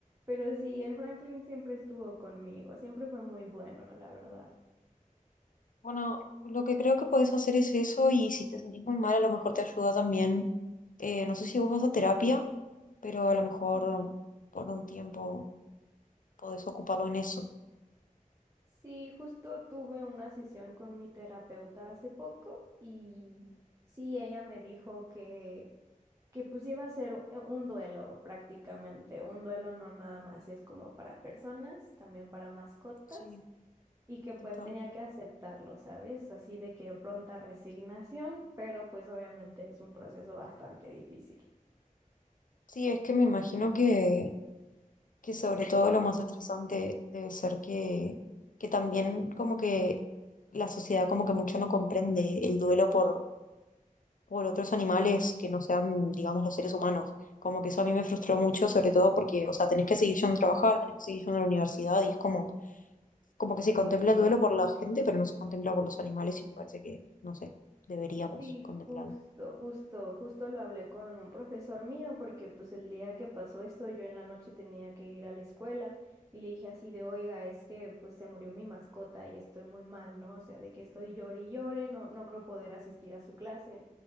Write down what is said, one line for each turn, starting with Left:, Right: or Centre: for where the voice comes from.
Right: pero sí, el Franklin siempre estuvo conmigo, siempre fue muy bueno, la verdad.
Left: Bueno, lo que creo que podés hacer es eso y si te sentís muy mal, a lo mejor te ayuda también. eh, no sé si vos vas a terapia, pero a lo mejor
Right: Sí.
Left: por un tiempo podés ocuparlo en eso.
Right: Sí, justo tuve una sesión con mi terapeuta hace poco y sí, ella me dijo que que pues iba a ser u- eh, un duelo prácticamente, un duelo no nada más es como para personas, también para mascotas,
Left: Sí,
Right: y que pues
Left: total.
Right: tenía que aceptarlo, ¿sabes? Así de que pronta resignación, pero pues obviamente es un proceso bastante difícil.
Left: Sí, es que me imagino que, que sobre todo lo más estresante debe ser que, que también como que la sociedad como que mucho no comprende el duelo por, por otros animales que no sean, digamos, los seres humanos. Como que eso a mí me frustró mucho, sobre todo porque, o sea, tenés que seguir yendo a trabajar, tenés que seguir yendo a la universidad y es como, como que se contempla el duelo por la gente, pero no se contempla por los animales y me parece que, no sé, deberíamos
Right: Y
Left: contemplarlo.
Right: justo, justo, justo lo hablé con un profesor mío porque pues el día que pasó esto yo en la noche tenía que ir a la escuela y le dije así de, oiga, es que pues se murió mi mascota y estoy muy mal, ¿no? O sea, de que estoy llore y llore, no, no creo poder asistir a su clase.